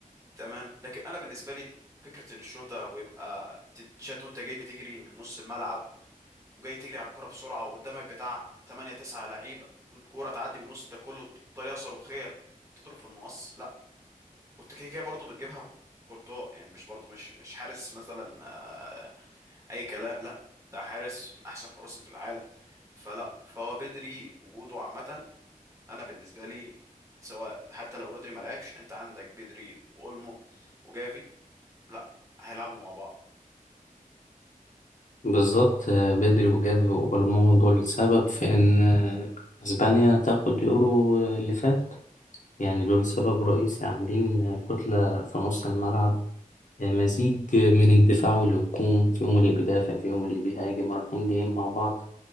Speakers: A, on the right; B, on the left.
A: تمام لكن انا بالنسبه لي فكره ان الشوطه ويبقى تتشات وانت جاي بتجري من نص الملعب وجاي تجري على الكرة بسرعة وقدامك بتاع 8 9 لعيبة والكورة تعدي من وسط ده كله بطريقة صاروخية تضرب في المقص لا كنت كده كده برضه بتجيبها كورتوا يعني مش برضه مش مش حارس مثلا آه، اي كلام لا ده حارس من احسن الحراس اللي في العالم فلا فهو بدري وجوده عامه انا بالنسبه لي سواء حتى لو رودري ما لعبش انت عندك بدري واولمو وجافي لا هيلعبوا مع بعض
B: بالظبط آه، بدري وجافي واولمو دول سبب في ان آه، اسبانيا تاخد يورو آه، اللي فات يعني دول سبب رئيسي عاملين آه، كتلة في نص الملعب آه، مزيج آه، من الدفاع والهجوم فيهم اللي بيدافع فيهم اللي بيهاجم رايحين جايين مع بعض